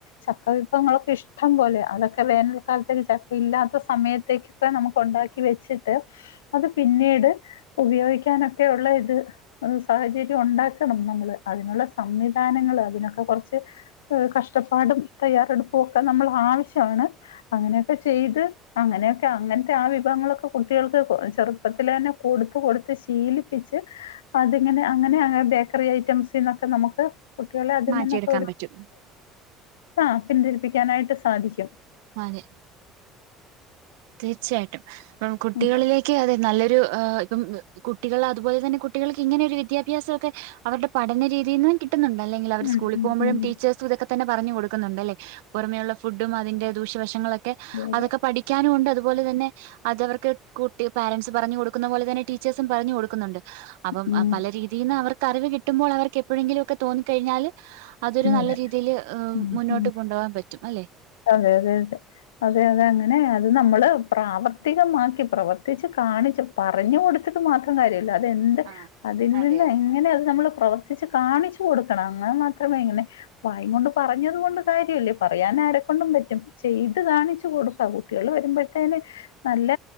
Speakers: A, on the left; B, on the right.
A: ചക്കവിഭവങ്ങളൊക്കെ ഇഷ ഇഷ്ടം പോലെ അതൊക്കെ വേനൽക്കാലത്തൊക്കെ ചക്ക ഇല്ലാത്ത സമയത്തേക്കൊക്കെ നമുക്ക് ഉണ്ടാക്കി വെച്ചിട്ട് അത് പിന്നീട് ഉപയോഗിക്കാനൊക്കെയുള്ള ഇത് സാഹചര്യം ഉണ്ടാക്കണം നമ്മള് അതിനുള്ള സംവിധാനങ്ങൾ അതിനൊക്കെ കുറച്ച് കഷ്ടപ്പാടും തയ്യാറെടുപ്പും അത് നമ്മുടെ ആവശ്യമാണ് അങ്ങനെയൊക്കെ ചെയ്ത് അങ്ങനെയൊക്കെ അങ്ങനത്തെ ആ വിഭവങ്ങളൊക്കെ കുട്ടികൾക്ക് ചെറുപ്പത്തിലെ തന്നെ കൊടുത്ത് കൊടുത്ത് ശീലിപ്പിച്ച് അതങ്ങനെ അങ്ങനെ അങ്ങനെ ബേക്ക റ്റസിക്കെ നമുക്ക് കുട്ടികളെ അതിൽ
B: മാറ്റിയെടുക്കാൻ
A: നിന്നൊക്കെ ഒരു
B: പറ്റും
A: ആഹ പിന്തിരിപ്പിക്കാനായിട്ട് സാധിക്കും
B: അതെ തീർച്ചയായിട്ടും അപ്പം കുട്ടികളിലേക്ക്
A: ഉം.
B: അതെ നല്ലൊരു ഇപ്പം കുട്ടികൾ അതുപോലെ തന്നെ കുട്ടികൾക്ക് ഇങ്ങനെ ഒരു വിദ്യാഭ്യാസമൊക്കെ അവരുടെ പഠന രീതിയിൽ ന്ന് കി ണ്ട് അല്ലെങ്കിൽ അവർ
A: ഉം.
B: സ്കൂളിൽ
A: ഉം.
B: പോകുമ്പഴും
A: ഉം.
B: ടീച്ചേഴസ് ഇതൊ ഇപ്പൊ തന്നെ പറഞ്ഞു കൊടുക്കുന്നുണ്ട് അല്ലേ പുറമെയുള്ള ഫുഡും അതിന്റെ ദൂഷ്യവശങ്ങളൊക്കെ
A: അതെ അതെ.
B: അതൊക്കെ പഠി മുണ്ട് അതുപോലെ തന്നെ അതവർക്ക് കുട്ടി പേരെന്റ്സ് പറഞ്ഞ് കൊടുക്കുന്ന പോലെ തന്നെ ടീ ടീച്ചേഴ്സും പറഞ്ഞ് കൊടുക്കുന്നുണ്ട് അപ്പം
A: ഉം.
B: പല രീതിയിൽ നിന്ന് അവർക്ക് അറിവ് കിട്ടുമ്പോൾ അവർക്ക് എപ്പോഴെങ്കിലും ഒക്കെ തോന്നിക്കഴിഞ്ഞാൽ അതൊരു നല്ല
A: അതെ.
B: രീതിയിൽ
A: ഉം.
B: മുന്നോട്ട്
A: ഉം.
B: കൊണ്ടുപോകാൻ പറ്റും അല്ലെ
A: അതെ അതെ അതെ അതെ അതെ അങ്ങനെ അത് നമ്മള് പ്രാവർത്തികമാക്കി പ്രവർത്തിച്ച് കാണിച്ച് പറഞ്ഞു കൊടുത്ത് മാത്രം കാര്യല്ലോ അതെന്ത്
B: ആഹ്
A: അതിൽ നിന്ന്
B: അതെ അതെ
A: എങ്ങനെ അത് നമ്മ പ്രവർത്തി കാണിച്ചു കൊടുക്കണം അങ്ങനെ മാത്രമേ ഇങ്ങനെ വായും കൊണ്ട് പറഞ്ഞത് കൊണ്ട് കാര്യമല്ലേ പറയാൻ ആരൊ ണ്ട പറ്റും ചെയ്ത് കാണിച്ചു കൊടുക്ക കുട്ടികൾ വരുമ്പോഴത്തേന് നല്ല